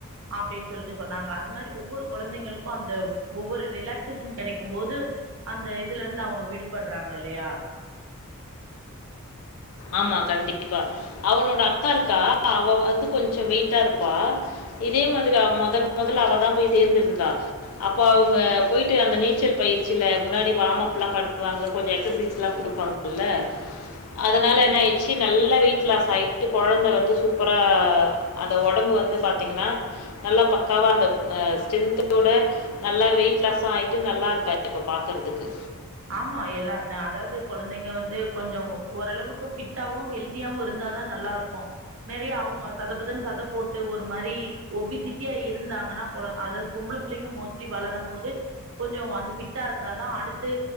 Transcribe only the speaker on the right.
அப்படின்னு சொல்லிட்டு சொன்னாங்க அதே மாதிரி ஒவ்வொரு கொழந்தைங்களுக்கு அந்த ஒவ்வொரு ரிலாக்சேஷன் கெடைக்கு போது அந்த இதுல இருந்து அவங்க விடுபடுறாங்க இல்லையா
ஆமா எல்லா நா அதாவது கொழந்தைங்க வந்து கொஞ்சு ஓரளவுக்கு ஃபிட்டாவு ஹெல்தியாவு இருந்தாதா நல்லா இருக்கு நெறையா அவங்க சதபுதன்னு சதப் போட்டு ஒரு மாரி ஒபிசிட்டியா இருந்தாங்கன்னா பொள அதாவது பொம்பள புள்ளைங்க மோஸ்ட்லி வளரும் போது கொஞ்சு அந்த ஃபிட்டா இருந்தாதா அடுத்து